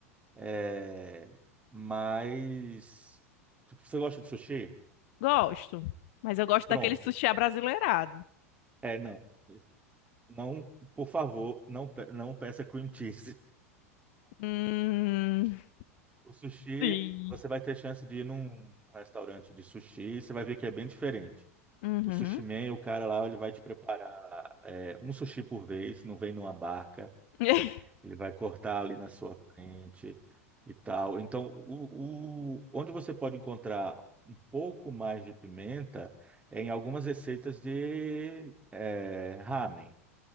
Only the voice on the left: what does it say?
Gosto. Mas eu gosto
daquele sushi abrasileirado.
Hum,
sim.
Uhum.
<laughs>